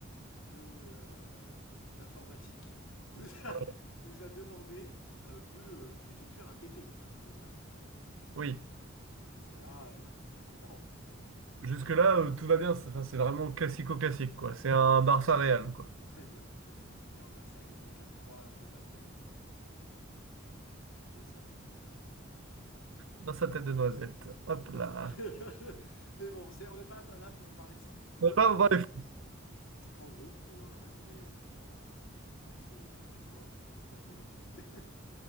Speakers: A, on the left; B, on the right.
A: de euh, d'informatique nous a,
B: Ouais.
A: <laughs> nous a demandé euh, de euh, effectuer un TP, un travaux pratique.
B: Oui,
A: Donc jusqu'à là, euh, tu comprends.
B: jusque-là, euh, tout va bien. C'est enfin, c'est vraiment classico-classique, quoi. C'est un Barça Real, quoi.
A: Très bien, très très bien. D'ailleurs, le Barça a gagné 4-3 alors qu'Mbappé a mis 3 buts. Dans sa tête.
B: Dans sa tête de noisette. Hop
A: Dans
B: là.
A: sa tête. <laughs> Mais bon, c'est- on n'est pas là pour parler de ça.
B: On
A: Donc
B: va pas
A: en gros,
B: parler foot.
A: en gros, pour euh, résumer, résumement, assez rapidement en termes de rapidité.